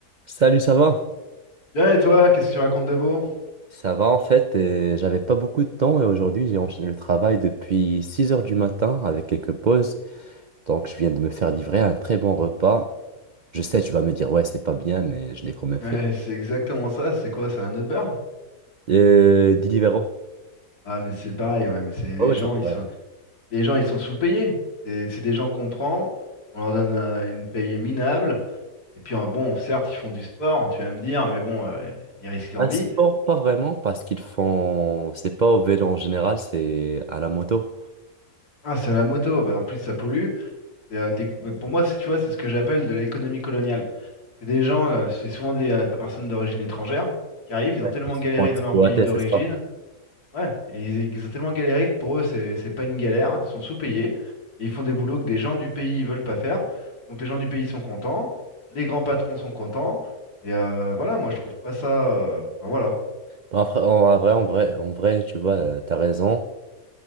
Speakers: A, on the right; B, on the left.
A: Salut, ça va?
B: Bien et toi, qu'est-ce que tu racontes de beau?
A: Ça va en fait, euh, j'avais pas beaucoup de temps et aujourd'hui j'ai enchaîné le travail depuis 6 heures du matin avec quelques pauses. Donc je viens de me faire livrer un très bon repas. Je sais, tu vas me dire ouais, c'est pas bien, mais je l'ai quand même
B: Ouais,
A: fait.
B: c'est exactement ça, c'est quoi, c'est un Uber?
A: Euh, Deliveroo.
B: Ah mais c'est pareil, ouais, mais c'est les
A: Ouais, ouais,
B: gens,
A: c'est
B: ils
A: vrai.
B: sont les gens ils sont sous-payés. C'est c'est des gens qu'on prend, on leur donne euh, une paye minable, et puis euh, bon, certes, ils font du sport, tu vas me dire, mais bon, euh, ils risquent leur
A: Un
B: vie.
A: sport, pas vraiment, parce qu'ils font. C'est pas au vélo en général, c'est à la moto.
B: Ah, c'est à la moto, bah, en plus ça pollue. C'est, euh, de l'éc- pour moi, c'est- tu vois, c'est ce que j'appelle de l'économie coloniale. C'est des gens, euh, c'est souvent des euh, personnes d'origine étrangère qui arrivent, ils ont
A: Ouais,
B: tellement
A: Ils se
B: galéré
A: font exploiter,
B: dans leur pays d'origine.
A: c'est ça.
B: Ouais, et ils, ils ont tellement galéré que pour eux, c'est c'est pas une galère, ils sont sous-payés, et ils font des boulots que des gens du pays veulent pas faire. Donc les gens du pays sont contents, les grands patrons sont contents, et euh, voilà, moi je trouve pas ça. euh, Enfin voilà.
A: Bon, Après, en en vrai, en vrai, en vrai, tu vois, euh, t'as raison.